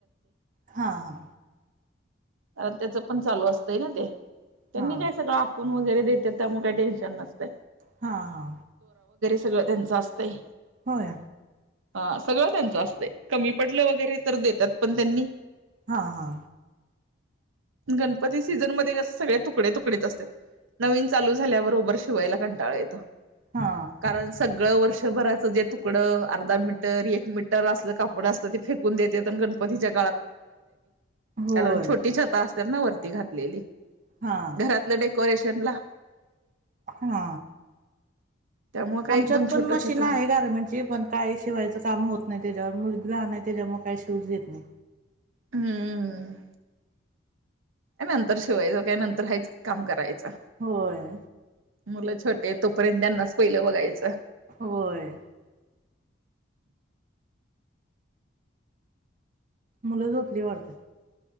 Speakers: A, on the right; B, on the right.
A: हा हा
B: अ त्याच पण चालू असतय ना ते.. त्यांनी
A: हा
B: काय सगळं फोन वगैरे देतात त्यामुळे काही टेन्शन नसत.
A: हा हा
B: सगळं त्यांच असतंय.
A: होय
B: ह सगळं त्यांच असतंय. कमी पडलं वगैरे तर देतात पण त्यांनी
A: हा हा
B: <inaudible> गणपती सीझनमध्ये कस सगळे तुकडे तुकडेच असतात. नवीन चालू झाल्याबरोबर शिवायला कंटाळा येतो
A: हा
B: कारण सगळं वर्षभराच जे तुकड अर्ध मिन अर्धा मीटर, एक मीटर असलं कापड असत ते फेकून देत्यात आणि गणपतीच्या
A: होय
B: कारण छोटी छत असत्यात ना वरती घातलेली
A: हा
B: घरातले डेकोरेशनला
A: हा
B: त्यामुळे काय
A: आमच्यात
B: एकदम
A: पण
B: छोट
A: मशीन
B: छोट
A: आहे गारमेंटची पण काय शिवाय काम होत नाही त्याच्यावर मुलं लहान नाही. त्याच्यामुळे काही शिवू देत नाहीत.
B: हम्म... नंतर शिवायचं. काय नंतर हायच काम करायचं.
A: होय
B: मुलं छोटे आहे. तोपर्यंत त्यांनाच पहिलं बघायचं.
A: होय मुलं झोपली वाटते.